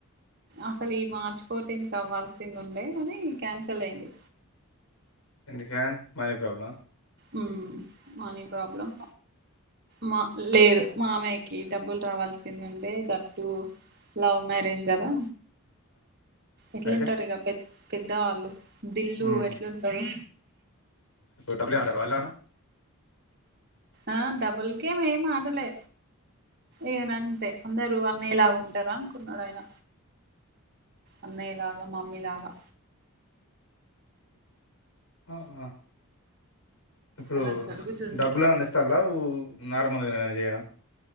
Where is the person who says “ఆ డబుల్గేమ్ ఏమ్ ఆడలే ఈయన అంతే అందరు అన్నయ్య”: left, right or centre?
Right